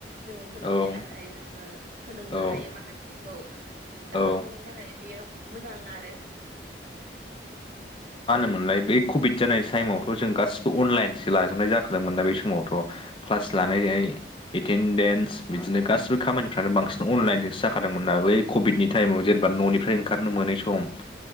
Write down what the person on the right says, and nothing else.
जोंङो सोलोंथाइ
लानो हायो जोंङो सोलोंनो
हायो माखासेखौ दा
जोंनि थाखाय बेयो। मोजां आरो
औ